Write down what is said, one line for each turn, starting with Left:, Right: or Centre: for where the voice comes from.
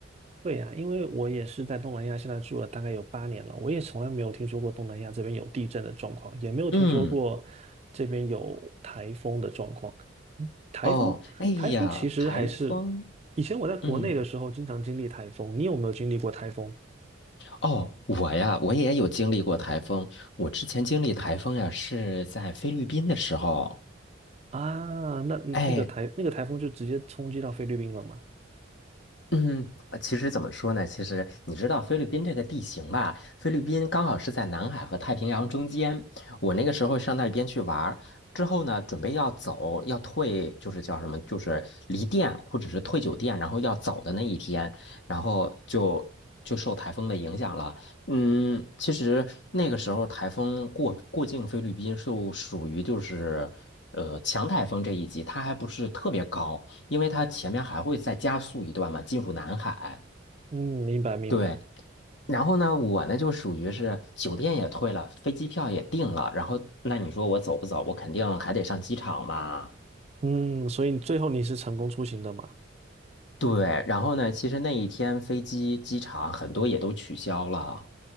Right: 对呀，因为我也是在东南亚，现在住了大概有八年了，我也从来没有听说过东南亚这边有地震的状况，也没有听说过这边有台风的状况。
Left: 嗯，
Right: 嗯台风，
Left: 哦，哎呀，
Right: 台风其实还是
Left: 台风，
Right: 以前我在国内的时候经常经历台风，
Left: 嗯。
Right: 你有没有经历过台风
Left: 哦，我呀，我也有经历过台风。我之前经历台风呀，是在菲律宾的时候。
Right: 啊？那那个台那个台风就直接冲击到菲律宾了吗？
Left: 哎，嗯，呃其实怎么说呢？其实你知道菲律宾这个地形吧？菲律宾刚好是在南海和太平洋中间。我那个时候上那边去玩儿之后呢，准备要走，要退，就是叫什么，就是离店或者是退酒店，然后要走的那一天，然后就就受台风的影响了。嗯，其实那个时候台风过过境菲律宾就属于就是呃强台风这一级，它还不是特别高，因为它前面还会再加速一段嘛，进入南海。
Right: 嗯，明白明白。
Left: 对，然后呢，我呢就属于是酒店也退了，飞机票也订了，然后那你说我走不走？我肯定还得上机场嘛。
Right: 嗯，所以最后你是成功出行的嘛？
Left: 对，然后呢，其实那一天飞机、机场很多也都取消了。